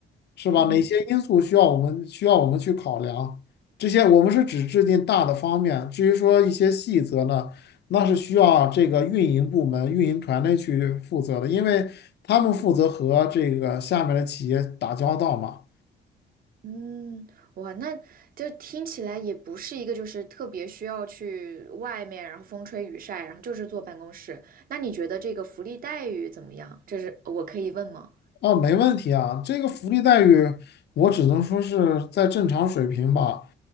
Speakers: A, on the left; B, on the right.
A: 是吧？
B: 嗯。
A: 哪些因素需要我们需要我们去考量？这些我们是只制定大的方面，至于说一些细则呢，那是需要这个运营部门、运营团队去负责的，因为他们负责和这个下面的企业打交道嘛。
B: 嗯，哇，那这听起来也不是一个就是特别需要去外面，然后风吹雨晒，然后就是坐办公室。那你觉得这个福利待遇怎么样？这是我可以问吗？
A: 哦，没问题啊，这个福利待遇我只能说是在正常水平吧。